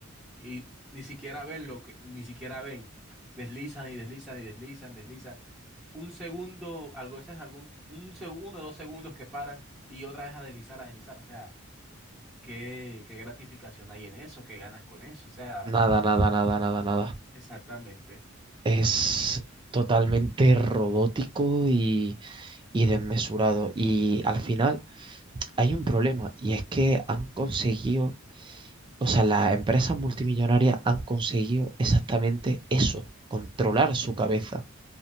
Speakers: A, in the centre; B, on the right.
A: y ni siquiera ven lo que, ni siquiera ven. Deslizan y deslizan y deslizan, deslizan. Un segundo, algo ese algún, un segundo, dos segundos que paran y otra vez a deslizar, a deslizar. O sea, qué, qué gratificación hay en eso, qué ganas con eso. O sea,
B: Nada, nada, nada, nada, nada.
A: exactamente,
B: es totalmente robótico y, y desmesurado. Y al final hay un problema y es que han conseguido, o sea, las empresas multimillonarias han conseguido exactamente eso, controlar su cabeza.